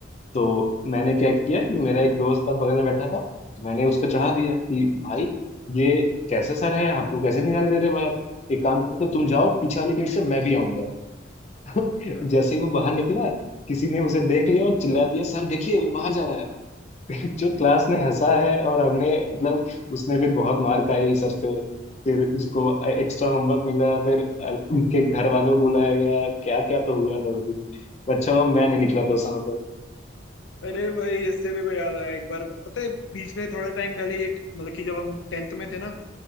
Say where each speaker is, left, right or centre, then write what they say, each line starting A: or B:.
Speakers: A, on the left; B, on the left.
A: तो मैंने क्या किया कि मेरा एक दोस्त था बगल में बैठा था मैंने उसको चढ़ा दिया कि भाई ये कैसे सर है हमको कैसे नहीं जाने दे रहे बाहर एक काम करते हो, तुम जाओ पीछे वाले गेट से मैं भी आऊंगा <laughs>
B: हाँ
A: जैसे ही वो बाहर निकला किसी ने उसे देख लिया और चिल्ला दिया सर देखिए वो बाहर जा रहा है <laughs> जो क्लास ने हंसा है और हमने मतलब उसने फिर बहुत मार खाई सर से फिर उसको एक्स्ट्रा होमवर्क मिला फिर अ, उनके घर वालों को बुलाया गया क्या क्या तो हुआ था उस दिन तो अच्छा हुआ मैं नहीं निकला था उस समय
B: अरे भाई इससे भी कोई याद आया एक बार पता है बीच में थोड़ा टाइम पहले ये मतलब कि जब हम टेंथ में थे ना